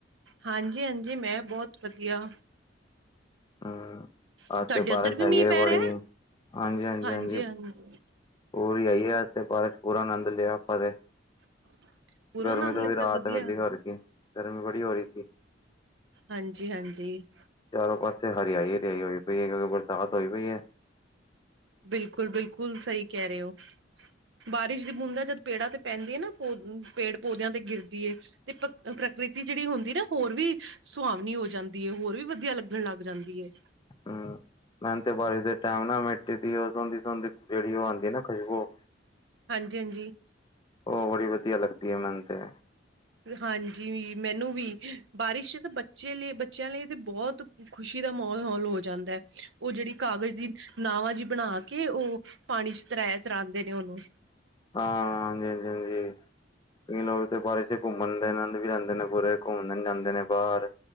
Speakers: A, on the right; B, on the left.
A: ਹਾਂਜੀ, ਹਾਂਜੀ ਮੈਂ ਬੋਤ ਵਧੀਆ।
B: ਹਂ, ਅੱਜ
A: ਤੁਹਾਡੇ
B: ਤੇ ਬਾਰਿਸ਼
A: ਉੱਧਰ ਵੀ
B: ਹੈਗੀ
A: ਮੀਂਹ
B: ਏ
A: ਪੈ
B: ਬੜੀ,
A: ਰਿਹਾ?
B: ਹਾਂਜੀ ਹਾਂਜੀ
A: ਹਾਂਜੀ-ਹਾਂਜੀ,
B: ਹਾਂਜੀ ਪੂਰੀ ਆਈ ਐ ਅੱਜ ਤੇ ਬਾਰਿਸ਼ ਪੂਰਾ ਆਨੰਦ ਲਿਆ ਆਪਾਂ ਤੇ।
A: <inaudible>
B: ਗਰਮੀ ਤੋਂ
A: ਲਿੱਤਾ
B: ਵੀ ਰਾਹਤ
A: ਵਧੀਆ,
B: ਮਿਲੀ ਹੋਰ ਕੀ, ਗਰਮੀ ਬੜੀ ਹੋ ਰੀ ਸੀ।
A: ਹਾਂਜੀ ਹਾਂਜੀ।
B: ਚਾਰੋਂ ਪਾਸੇ ਹਰਿਆਈ ਹਰਿਆਈ ਹੋਈ ਪਈ ਐ ਕਿਉਂਕਿ ਬਰਸਾਤ ਹੋਈ ਪਈ ਐ।
A: ਬਿਲਕੁਲ, ਬਿਲਕੁਲ ਸਹੀ ਕਹਿ ਰੇ ਓ। ਬਾਰਿਸ਼ ਦੀ ਬੂੰਦਾ ਜਦ ਪੇੜਾਂ ਤੇ ਪੈਂਦੀ ਐ ਨਾ ਪੇੜ ਪੌਦਿਆਂ ਤੇ ਗਿਰਦੀ ਏ। ਤੇ ਪ੍ਰਕਿਰਿਤੀ ਜਿਹੜੀ ਹੁੰਦੀ ਨਾ ਹੋਰ ਵੀ ਸੁਹਾਵਨੀ ਹੋ ਜਾਂਦੀ ਐ। ਹੋਰ ਵੀ ਵਧੀਆ ਲੱਗਣ ਲੱਗ ਜਾਂਦੀ ਐ।
B: ਹਾਂ। ਮੈਨੂੰ ਤੇ ਬਾਰਿਸ਼ ਦੇ ਟਾਈਮ ਨਾ ਮਿੱਟੀ ਦੀ ਓ ਸੋਂਦੀ ਸੋਂਦੀ ਜਿਹੜੀ ਓ ਆਂਦੀ ਨਾ ਖੁਸ਼ਬੂ।
A: ਹਾਂਜੀ ਹਾਂਜੀ।
B: ਓ ਬੜੀ ਵਧੀਆ ਲੱਗਦੀ ਐ ਮੈਨੂੰ ਤੇ।
A: ਹਾਂਜੀ, ਵੀ ਮੈਨੂੰ ਵੀ ਬਾਰਿਸ਼ ਤਾਂ ਬੱਚੇ ਲਈ ਬੱਚਿਆਂ ਲਈ ਤੇ ਬੋਤ ਖ਼ੁਸ਼ੀ ਦਾ ਮਾਹੌਲ ਹੋ ਜਾਂਦਾ ਓ ਜਿਹੜੀ ਕਾਗਜ਼ ਦੀ ਨਾਵਾਂ ਜੀ ਬਣਾ ਕੇ ਓ, ਪਾਣੀ ਚ ਤਰੈ ਤਰਾਂਦੇ ਨੇ ਉਹਨੂੰ।
B: ਹਾਂ, ਹਾਂਜੀ ਹਾਂਜੀ ਹਾਂਜੀ। ਕਈ ਲੋਕ ਤੇ ਬਾਰਿਸ਼ ਚ ਘੁੰਮਣ ਦੇ ਆਨੰਦ ਵੀ ਲੈਂਦੇ ਨੇ ਪੂਰੇ ਘੁੰਮਣ ਜਾਂਦੇ ਨੇ ਬਾਰ